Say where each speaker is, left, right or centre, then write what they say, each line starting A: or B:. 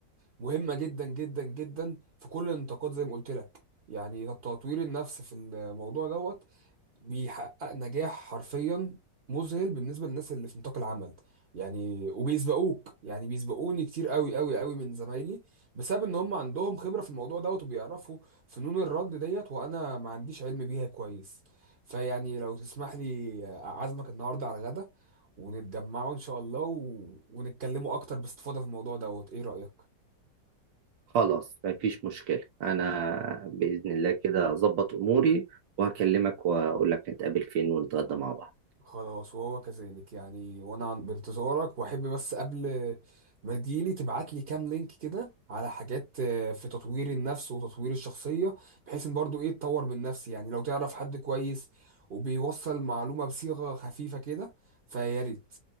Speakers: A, on the right; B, on the right.
A: مهمة جدا جدا جدا في كل النطاقات زي ما قلت لك يعني تطوير النفس في الموضوع دوت بيحقق نجاح حرفيا مذهل بالنسبه للناس اللي في نطاق العمل يعني وبيسبقوك يعني بيسبقوني كتير قوي قوي قوي من زمايلي بسبب ان هم عندهم خبره في الموضوع دوت وبيعرفوا فنون الرد ديت وانا ما عنديش علم بيها كويس فيعني لو تسمح لي اعزمك النهارده على الغدا ونتجمعوا ان شاء الله و... ونتكلموا اكتر باستفاضه في الموضوع دوت ايه رايك
B: خلاص مفيش مشكله انا باذن الله كده اظبط اموري وهكلمك واقول لك نتقابل فين ونتغدى مع بعض
A: خلاص وهو كذلك يعني وانا بانتظارك واحب بس قبل ما تجيلي تبعت لي كام لينك كده على حاجات آه، في تطوير النفس وتطوير الشخصية بحيث ان برضو ايه اتطور من نفسي يعني لو تعرف حد كويس وبيوصل معلومة بصيغة خفيفة كده فيا ريت